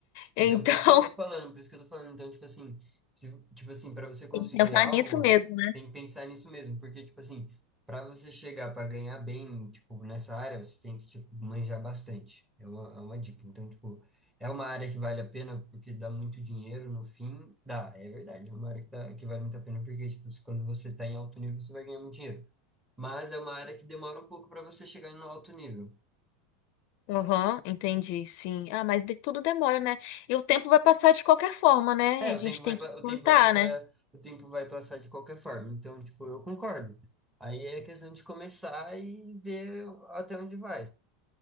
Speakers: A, on the left; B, in the centre.
A: Então,
B: Então, por isso que eu tô
A: <laughs>
B: falando, por isso que eu tô falando. Então, tipo assim, se, tipo assim, para você conseguir
A: tem que pensar
B: algo,
A: nisso mesmo, né?
B: tem que pensar nisso mesmo, porque, tipo assim, para você chegar para ganhar bem, tipo, nessa área, você tem que, tipo, manjar bastante. É uma, é uma dica. Então, tipo, é uma área que vale a pena porque dá muito dinheiro no fim. Dá, é verdade. É uma área que, dá, que vale muito a pena porque, tipo, quando você tá em alto nível, você vai ganhar muito dinheiro. Mas é uma área que demora um pouco para você chegar no alto nível.
A: Aham, entendi, sim. Ah, mas de, tudo demora, né? E o tempo vai passar de qualquer forma, né?
B: É,
A: A
B: o
A: gente
B: tempo vai,
A: tem que
B: pa- o
A: tentar,
B: tempo vai passar,
A: né?
B: o tempo vai passar de qualquer forma. Então, tipo, eu concordo. Aí é questão de começar e ver até onde vai.